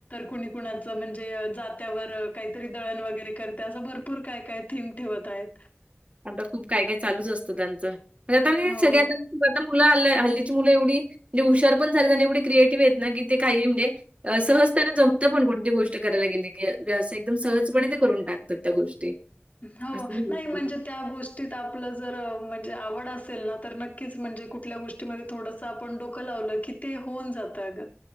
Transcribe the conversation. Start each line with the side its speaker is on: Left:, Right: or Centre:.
Left: कुणी कुणाचे म्हणजे जात्यावर काहीतरी दळण वगैरे करते असे भरपूर भपूर काय काय थीम ठेवत आहेत
Right: आता खूप काय काय चालूच असतं त्यांचं म्हणजे आता
Left: हो.
Right: सगळ्या आता मुलं हल्ल्या हल्लीची मुलं एवढी म्हजे हुशार पण झाली आणि एवढी क्रिएटिव्ह आहेत ना की ते काहीणजे सहजतेने जमत पण कोणती गोष्ट करायला गेली की व्यवसाय एकदम सहजपणे ते करून टाकतात त्या गोष्टी
Left: हो
Right: असं
Left: नाही
Right: होत
Left: म्हणजे
Right: कुठे.
Left: त्या गोष्टीत आपलं जर म्हणजे आवड असेल ना तर नक्कीच म्हणजे कुठल्या गोष्टी ग थोडस आपण डोकं लावलं की ते होऊ जातं अ ग